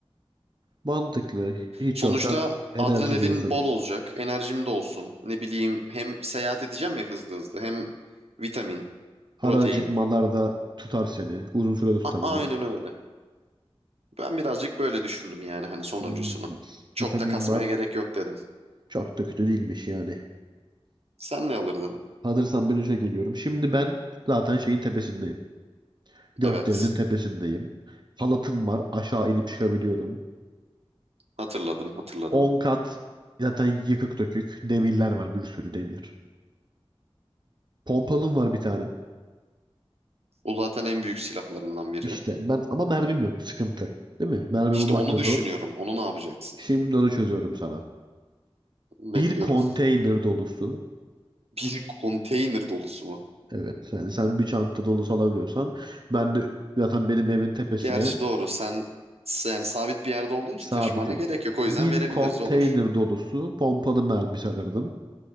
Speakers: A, on the right; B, on the right.
A: Mantıklı. Hiç
B: Sonuçta
A: yoktan enerji
B: adrenalin
A: diyorsun.
B: bol olacak. Enerjim de olsun. Ne bileyim hem seyahat edeceğim ya hızlı hızlı. Hem vitamin,
A: Ara
B: protein.
A: acıkmalarda tutar seni. Uzun süre de tutabilir.
B: A- aynen öyle. Ben birazcık böyle düşündüm yani hani sonuncusunu.
A: Hmm,
B: Çok
A: Vitamin
B: da kasmaya
A: var.
B: gerek yok dedim.
A: Çok da kötü değilmiş yani.
B: Sen ne alırdın?
A: Hazırsan ben işe geliyorum. Şimdi ben zaten şeyin tepesindeyim. Gökdelenin
B: Evet.
A: tepesindeyim. Halatım var. Aşağı inip çıkabiliyorum.
B: Hatırladım, hatırladım.
A: 10 kat zaten yıkık dökük. Demirler var. Bir sürü demir. Pompalım var bir tane.
B: O zaten en büyük silahlarından biri.
A: İşte ben ama mermim yok. Sıkıntı. Değil mi? Mermi
B: İşte
A: bulmak
B: onu
A: da
B: düşünüyorum.
A: zor.
B: Onu ne yapacaksın?
A: Şimdi onu çözüyorum sana.
B: Bekliyorum.
A: Bir konteyner dolusu.
B: <laughs> Bir konteyner dolusu mu?
A: Evet. Yani sen bir çanta dolusu alabiliyorsan ben de zaten benim evin tepesine
B: Gerçi doğru. Sen sen sabit bir yerde olduğun için
A: Sabitim.
B: taşımana gerek yok. O
A: Bir
B: yüzden verebiliriz
A: konteyner
B: olur.
A: dolusu pompalı mermi sanırdım.